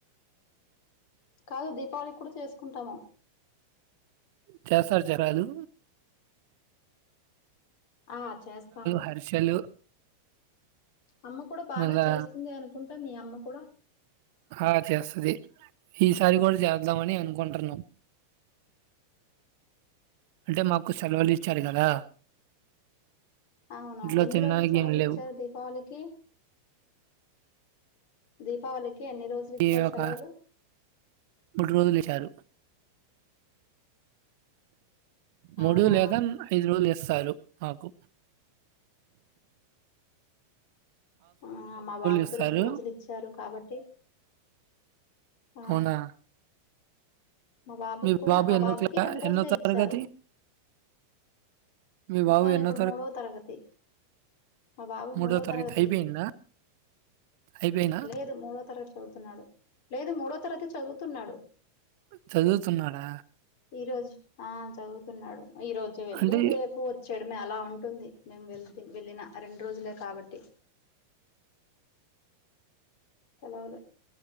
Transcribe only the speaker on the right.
చేస్తారు జరాలు
హర్షలు
మళ్ళా
ఆ చేస్తుది ఈ సారి కూడా జ వద్దామని అనుకుంటున్నాం అంటే మాకు కు సెలవులు ఇచ్చారు కదా
ఇంట్లో
తినడానికి
ఏం లేవు
ఈ
ఒక మూడు రోజులు ఇచ్చారు మూడు
లేక ఐదు రోజులు చే సాలు ఆకు
ఇస్తారు.
అవునా?
మీ
బాబు
ఎన్నో
క్లా
ఎన్నో తరగతి?
మీ బాబు
ఎన్నో
మూడో
అయిపోయిందా? అయిపోయిందా?
చదువుతున్నాడా
అంటే